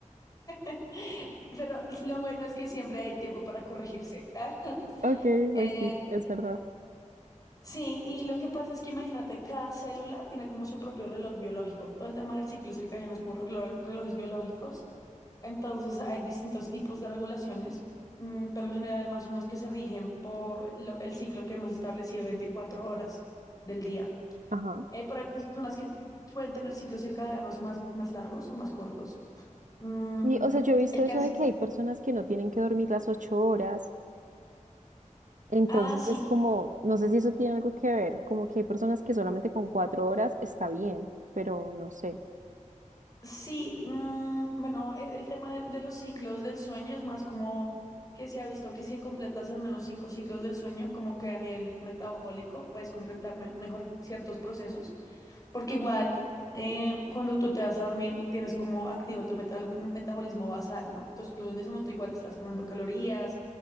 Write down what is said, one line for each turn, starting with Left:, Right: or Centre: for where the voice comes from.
Left: <gasps> Pero lo bueno es que siempre hay tiempo para corregirse. <laughs>
Right: Ok,
Left: Eh,
Right: pues sí, es verdad.
Left: Sí, y lo que pasa es que imagínate, cada célula tiene como su propio reloj biológico. Todo el tema del ciclo circadiano es como relo- relojes biológicos. Entonces hay distintos tipos de regulaciones, mm, pero en general más o menos que se rigen por lo- el ciclo que hemos establecido, 24 horas del día.
Right: Ajá.
Left: Eh, pero hay personas que pueden tener ciclos circadianos más, más largos o más cortos. Mm,
Right: Y, o sea, yo he visto
Left: el caso.
Right: eso de que hay personas que no tienen que dormir las ocho horas. Entonces
Left: Ah, sí.
Right: es como, no sé si eso tiene algo que ver, como que hay personas que solamente con cuatro horas está bien, pero no sé.
Left: Sí, mm, bueno, e- el, tema de, de los ciclos del sueño es más como que se ha visto que si completas al menos cinco ciclos del sueño, como que a nivel metabólico puedes completar me- mejor ciertos procesos, porque igual eh, cuando tú te vas a dormir tienes como activo tu metal- metabolismo basal, ¿no? Entonces tú en ese momento igual estás quemando calorías,